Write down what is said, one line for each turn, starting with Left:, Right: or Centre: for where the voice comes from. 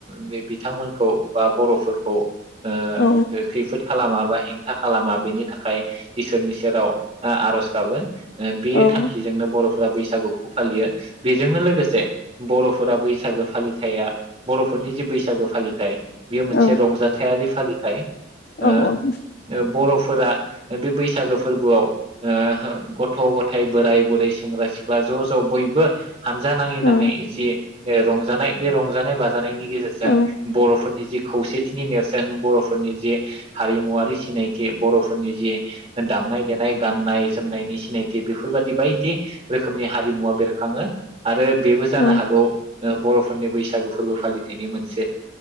Right: बे बिथांमोनखौ बा बर'फोरखौ ओ
Left: औ
Right: बे खैफोद खालामा बा हेंथा खालामा बेनि थाखाय इसोरनि सेराव आ-आरज गाबो। ओ बे
Left: औ
Right: थांखिजोंनो बर'फोरा बैसागुखौ फालियो। बेजोंनो लोगोसे बर'फोरा बैसागो फालिथाया बर'फोरनि जि बैसागो फालिथाय बियो मोनसे
Left: औ
Right: रंजाथारि फो फालिथाय ओ
Left: औ औ
Right: ओ बर'फोरा ओ बे बैसागो फोरबोआव ओ हो गथ'-गथाय बोराय-बुरै सेंग्रा-सिख्ला ज' ज' बयबो हानजा नाङै
Left: औ
Right: नाङै एसे बे रंजानाय बे रंजानाय बाज नि गेजेरजों
Left: औ
Right: बर'फोरनि जि खौसेथिनि नेरस देन बर'फोरनि जे हारिमुवारि सिनायथि बर'फो फोरनि जे दामनाय देनाय गान्नाय जोमनायनि सिनायथि बेफोरबादि बाय दि रोखोमनि हारिमुवा बेरखा खाङो। आरो बेबो जानो
Left: औ
Right: हागौ ओ बर'फोरनि बैसागो फोरबो फालिथायनि मोनसे